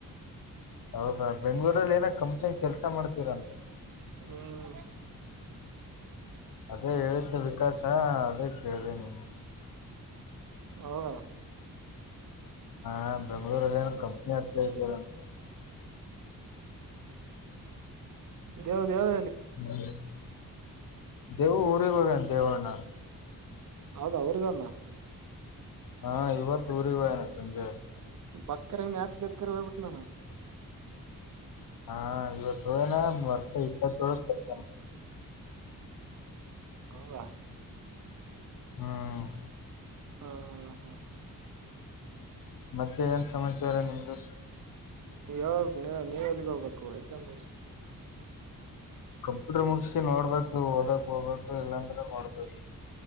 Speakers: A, on the left; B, on the right.
A: ಹೌದಾ ಬೆಂಗಳೂರು ಏನ ಕಂಪನಿ ಕೆಲ್ಸ ಮಾಡ್ತೀರಂತ
B: ಹ್ಮ್
A: ಅದೇ ಹೇಳಿದ್ದು ವಿಕಾಸ ಅದೇ ಕೇಳಿದೆ ನಿಮ
B: ಹೌದಾ
A: ಹಾ ಬೆಂಗ್ಗಳೂರಲ್ಲಿ ಏನ ಕಂಪನಿ ಹತ್ರ ಇದ್ದಾರಂತ
B: ದವು ದೇವು
A: ಹ್ಮ್ ದೇವ ಊರಿಗೆಗ್ ಹೋಗನ್ ದೇವ್ಣ
B: ಹೌದ ಅವ್ರಗನ್ನ
A: ಹಾ ಇವತ್ತು ಊರಿವಾಯನ ಸಂಜೆ
B: ಬಕ್ಕರ್ ಹೆಂಗಗೆ ಆ್ಯಚ್ಗೆದಕರಿ ಹ್ಬ ಬಿಟ್ಟು ನಾನ
A: ಹಾ ಇವತ್ತು ಹನಾ ಮರ್ತ ಇಪ್ಪತ್ತೋಳು ಬತಾನ
B: ಹೌದಾ
A: ಹ್ಮ್
B: ಹಾ ಹಾ ಹಾ
A: ಮತ್ತೆ ಏನ್ ಸಮಾಚಾರ ನಿಮ್ದು
B: ಯಾವ ನೀವ್ ಎಲ್ಲಿಗ್ ಹೋಗ್ಬೇಕು ಎಕ್ಸಾಮ್
A: ಕಂಪ್ಯೂಟರ್ ಮುಗಸಿ ನೋಡ್ಬೇಕು ಓದಕ್ ಹಗಕು ಇಲ್ಲಾಂದ್ರೆ ನೋಡ್ಬೇಕು